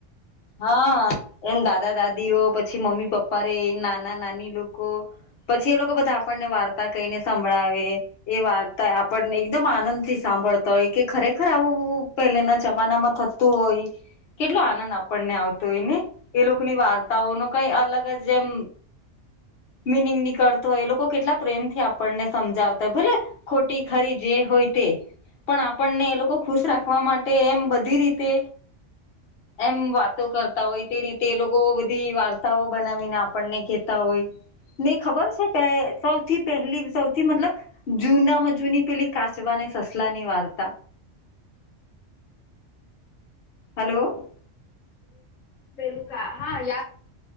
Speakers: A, on the left; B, on the left.
A: હા એમ દાદા-દાદીઓ પછી મમ્મી-પપ્પા રે એ નાના-નાની લોકો પછી એ લોકો બધા આપણને વાર્તા કહીને સંભળાવે. એ વાર્તા આપણને એકદમ આનંદ થી સાંભળતા હોય કે ખરેખર આવુંવું પહેલેના જમાના માં થતું હોય, કેટલો આનંદ આપ પણને આવતો હોય ને એ લોકોની વાર્તાઓ ન કઈ અલગ જ જેમ મિનિંગ નીકળતો હોય, એ લોકો કેટલા પ્રેમ થી આપણને સમજાવતા હોય. ભલે ખોટી ખરી જે હોય તે પણ આપણને એ લોકો ખુશ રાખવા માટે એમ બધી રીતે એમ વા તો કરતા હોય. તે રીતે એ લોકો બધી વાર્તાઓ બનાવીને આપણને કેતા હોય. ને ખબર છે કે સૌથી પહેલી સૌથી મતલબ જૂનામાં જૂની પેલી કાચવાને સસલા ની વાર્તા. હલો.
B: પેલુકા હા યાદ